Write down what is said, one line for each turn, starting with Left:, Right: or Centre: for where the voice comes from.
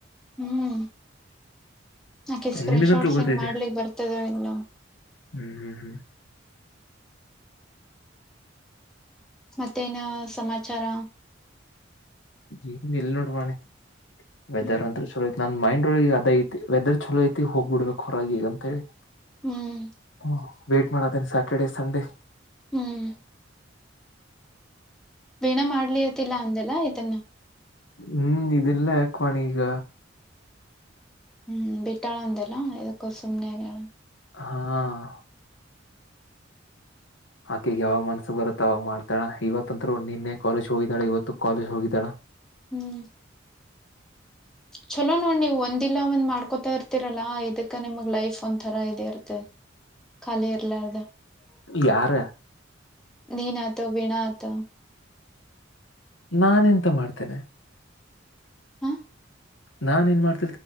Centre: ಹ್ಮ್ ಅಕಿಗ ಸ್ಕ್ರೀನ್
Left: ನಿನ್ಗಂತೂ
Centre: ಶಾಟ್ ಸೆಂಡ
Left: ಗೊತ್ತೈತೆ
Centre: ಮಾಡ್ಲಿಕ್ ಬರ್ತದ ಇಲ್ಲ
Left: ಹ್ಮ್ ಹ್ಮ್ ಹ್ಮ್
Centre: ಮತ್ತೇನ್ ಸಮಾಚಾರ
Left: ಎನ್ ಇಲ್ ನೋಡ ವಾಣಿ ವೆದರ್
Centre: ಹ್ಮ್
Left: ಅಂತರ ಚಲೋ ಐತಿ ನನ್ ಮೈಂಡ್ ಒಳಗ ಇಗ ಅದ್ ಐತಿ ವೆದರ್ ಚಲೋ ಐತಿ ಹೋಗ್ಬ ಬಿಡ್ಬೇಕು ಹೊರಗೆ ಈಗ ಅಂತ ಹೇಳಿ
Centre: ಹ್ಮ್
Left: ಹ ವೇಟ್ ಮಾಡತಿನಿ ಸ್ಯಾಟರ್ಡೆ ಸಂಡೇ.
Centre: ಹ್ಮ್. ಪೇನಾ ಮಾಡ್ಲತಿಲ್ಲ ಅಂದೆಲ್ಲ ಇದನ್ನ.
Left: ಹ್ಮ್ ಇದಿಲ್ಲ ಯಾಕ ವಾಣಿ ಈಗ.
Centre: ಹ್ಮ್ ಬಿಟ್ಟಾಳ ಅಂತೆಲ್ಲ ಎದಕ್ಕೋ ಸುಮ್ನೆ ಆಗಳ.
Left: ಹಾ. ಆಕಿಗ ಯಾವಗ ಮನ್ಸು ಬರುತ್ತ ಅವಾಗ್ ಮಾಡ್ತಾಳ ಇವತ್ತಂದರು ನಿನ್ನೆ ಕಾಲೇಜ್ ಹೋಗಿದ್ದಾಳ ಇವತ್ತು ಕಾಲೇಜ್ ಹೋಗಿದ್ದಾಳ.
Centre: ಹ್ಮ್. ಚಲೋ ಅಲ್ಲಿ ನೀವು ಒಂದಿಲ್ಲ ಒಂದ್ ಮಾಡ ಮಾಡ್ಕೋತಾ ಇರ್ತಿರಲ್ಲ ಇದಕ್ಕ ನಿಮಗ್ ಲೈಫ್ ಒಂದ್ಥರ ಇದ ಇರ್ತದ ಖಾಲಿ ಇರ್ಲಾರ್ದ.
Left: ಯಾರ
Centre: ನೀನ್ ಆತ ವೀಣಾ ಆತ.
Left: ನಾನ ಎಂತ ಮಾಡ್ತೇನೆ.
Centre: ಹ
Left: ನಾನ್ ಏನ್ ಮಾಡ